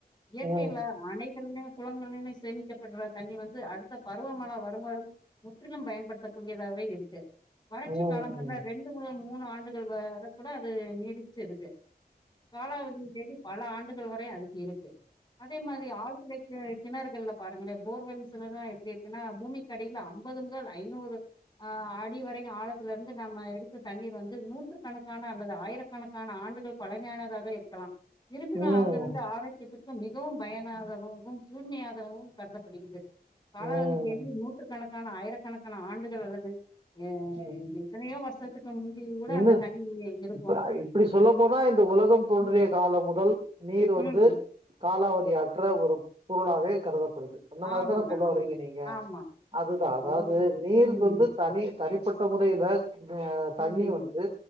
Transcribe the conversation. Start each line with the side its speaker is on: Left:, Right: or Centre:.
Left: இயற்கைல
Right: ம்
Left: அணைகள்னு குளங்கள் சேமிக்கப்பட்ற தண்ணி வந்து அடுத்த பருவமழ வரும் வரும் முற்றிலும் பயன்படுத்தக்கூடியதாவே இருக்கு வறட்சி
Right: ம் ம்
Left: காலங்கள்ல ரெண்டு முதல் மூணு ஆண்டுகள் வர கூட அது நீடிச்சிருக்கு காலாவதி தேதி பல ஆண்டுகள் வரை அதுக்கு இருக்கு அதே மாரி ஆழ்துளை கி கிணறுகள்ல பாருங்களே போர்வெல்ஸ்லலா எப்டி இருக்குன்னா பூமிக்கடில அம்பது முதல் ஐநூறு ஆ அடி வரைக்கு ஆழத்துல இருந்து நம்ம எடுத்து தண்ணீர் வந் து நூற்றுக்கணக்கான அல்லது ஆயிரக்கணக்கான ஆண்டுகள் பழமையானதாக இருக்கலா இருக்குனா
Right: ம்
Left: அது வந்து ஆரோக்கியத்துக் கு மிகவும் பயனாதாதாகவும் தூய்மையாகவும் கருதப்படுகிற்து காலாவதி
Right: ம்
Left: தேதி நூற்று கணக்கான ஆயிரக்கணக்கான ஆண்டுகள் அல்லது அ
Right: ம்.
Left: எத்தனயோ வருஷத்துக்கு முந்தி கூட
Right: இன்னும்
Left: அந்த தண்ணி இருக்கு
Right: இப்ப இப்டி சொல்ல போனா இந்த உலகம் தோன்றிய
Left: ம்
Right: காலம் முதல் நீர் வந்து
Left: ம்
Right: காலா வதி அற்ற ஒரு பொருளாவே கருதப்படுது அந்த மாரிதான
Left: ஆமாங்க
Right: சொல்ல
Left: ஆமாங்க
Right: வறீங்க நீங்க
Left: ஆமா
Right: அதுதா
Left: ஆமா
Right: அதாவது
Left: ஓ
Right: நீர்
Left: ம்
Right: வந்து தனி தனிப்பட்ட முறைல அ
Left: ம்,
Right: தண்ணி வந்து